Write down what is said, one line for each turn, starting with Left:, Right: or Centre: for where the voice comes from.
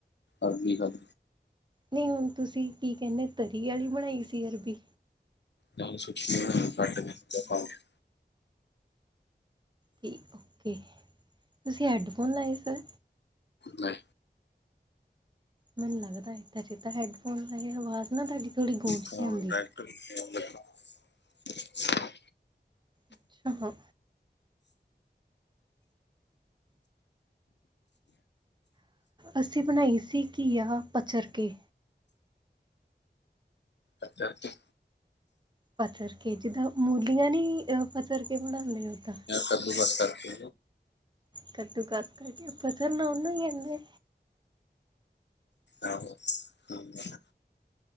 Left: ਅਗਨੀ ਖਤ
Right: ਨਹੀਂ ਹੁਣ ਤੁਸੀਂ ਕੀ ਕਹਿੰਦੇ ਤਰੀ ਆਲੀ ਬਣਾਈ ਸੀ ਅਰਬੀ
Left: ਨਾਲ ਸੁੱਕੀ ਹੋਈ ਕੱਟ ਦਿੰਦਾ <unintelligible>
Right: ਤੇ ਓਕੇ ਤੁਸੀਂ ਹੈਡਫੋਨ ਲਏ ਸਰ
Left: ਨਹੀਂ
Right: ਮੈਨੂੰ ਲੱਗਦਾ ਹੈ ਜਿੱਦਾਂ ਹੈਡਫੋਨ ਆਵਾਜ਼ ਨਾ ਤੁਹਾਡੀ ਥੋੜ੍ਹੀ ਗੂੰਜ
Left: ਫੋਨ
Right: ਕੇ ਆਉਂਦੀ
Left: ਡੈਕਟ <unintelligible>
Right: ਅੱਛਾ। ਅਸੀ ਬਣਾਈ ਸੀ ਘੀਆ ਪਚਰ ਕੇ।
Left: ਅੱਛਾ-ਅੱਛਾ।
Right: ਪਚਰ ਕੇ, ਜਿੱਦਾਂ ਮੂਲੀਆਂ ਨੀ ਅ ਪਚਰ ਕੇ ਬਣਾਂਦੇ ਔਦਾਂ।
Left: ਕੱਦੂਕਾਸ ਕਰਕੇ
Right: ਕੱਦੂ ਕੱਦ ਕਰਕੇ ਪਤਾ ਨਾ ਉਨਾ ਕਹਿੰਦੇ
Left: ਆਹੋ। ਅੱਛਾ।